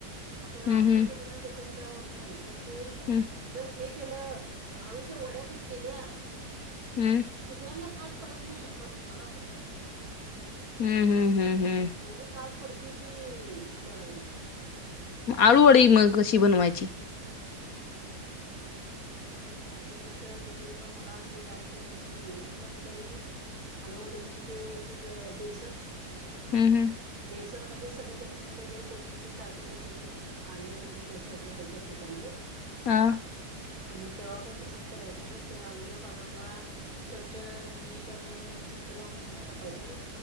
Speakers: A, on the right (about 55°); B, on the left (about 55°).
A: असं आमट
B: हम्म
A: केली ना त्याच्याने काय होत नाही पण ते
B: हम्
A: जर हे केलं आळूच्या वड्या जर केल्या
B: हम्म
A: दुसऱ्यांना खास पडत नाही पण मला खूप खास पडत
B: हम्म हम्म हम्म हम्म
A: तेथोडी खात पडती की विचाराला न
B: आळूवाडी मग कशी बनवायची
A: असं हे आळूवडीच्या बद्दल पण मला म्हणजे जास्त काही माहिती नाही पण तरी आळूहडी मध्ये ते एक बेसन
B: हम् हम्
A: बेसनमध्ये सगळं चटणी मट वगैरे कोप मिळते काय काय म्हणजे आलं लसूण पेस्त असं घालतात त्याच्यागे
B: हं
A: आणि तवा पण तसच करायचं ते आळूच्या पानांला स्वच्छ मी त्यानी चिंच लावून घेऊन टाकायचं